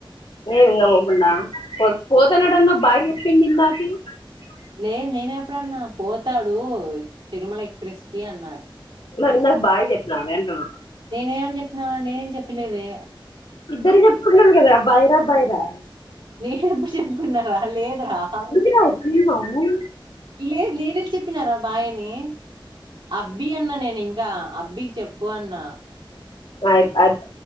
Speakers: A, on the left; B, on the right.
A: ఏంగా హగున్నా పోతానాడన్న బై చెప్పింది ఇందకీ నింద మాది
B: లే నేనే <unintelligible> ఇప్పుడన్నా పోతాడు తిరుమల ఎక్స్ప్రెస్ కి అన్నారు
A: మరి ఇందాక బాయి చెప్పినావే అంటున్నా
B: నేనేమన్న చెప్పిన నేనేం చెప్పలేదే
A: ఇద్దరి చెప్పుకున్నారు కదా బైరా బైరా
B: నేనెప్పుడు చెప్పిండ్ర లేదు రా లేదు
A: నువ్వు ఇలా అయిపోయినావు
B: లేదు నేనేం చెప్పినారా బాయ్ అని అబ్బి అన్న నేను ఇంకా అబ్బికి చెప్పు అన్నా
A: ఆ అ